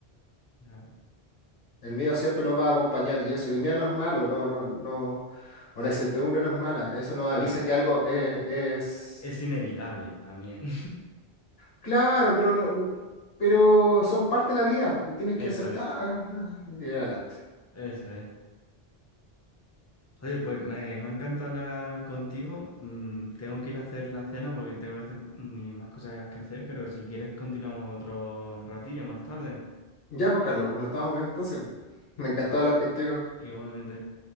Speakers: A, on the left (about 20°); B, on the left (about 65°).
A: Ya.
B: El miedo siempre nos va a acompañar y eso, el miedo no es malo, no, no, no, o la incertidumbre no es mala, eso nos
A: Sí.
B: avisa que algo eh, es...
A: Es inevitable también. <laughs>
B: Claro, pero no, pero son parte de la vida y tienes
A: Eso
B: que aceptar.
A: es,
B: Y adelante.
A: eso es. Oye, pues me, me ha encantado hablar contigo. Mm, tengo que ir a hacer la cena porque tengo que hacer mm, más cosas que hacer, pero si quieres continuamos otro ratillo más tarde.
B: Ya, pues, Carlos, que nos estamos viendo entonces. <laughs> Me encantó
A: Ah,
B: hablar contigo.
A: Igualmente.